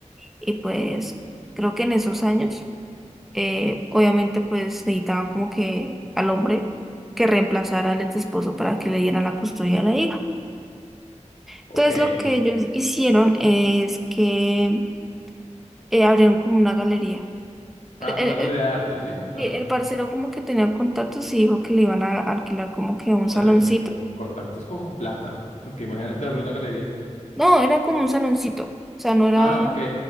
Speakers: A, in the centre; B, on the left.
A: y pues creo que en esos años eh, obviamente pues necesitaban como que al hombre que reemplazara al ex esposo para que le diera la custodia de la hija. Entonces
B: ok.
A: lo que ellos hicieron es que eh, abrieron como una galería.
B: Ah,
A: El, el-
B: una galería de arte, sí, o sea.
A: el- el parcero como que tenía contactos y dijo que le iban a alquilar como que un
B: Ah,
A: saloncito.
B: güey, pero contactos con plata, porque imagínate abrir una galería.
A: No, era como un saloncito. O sea, no era...
B: Ah, ok,